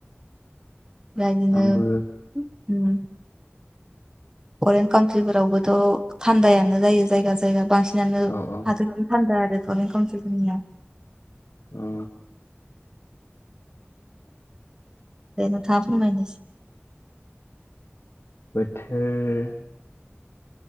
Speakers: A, on the right; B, on the left.
A: दा बिदिनो
B: आंबो
A: फरेन कान्ट्रिफोरावबोथ' थान्दायानो जायो जायगा जायगा बांसिन बियानो
B: औ औ
A: हाथोनो थान्दा आरो फरेन काउन्सिल फोराव
B: अ
A: देन थाफनो बुंनायसि
B: बोथोर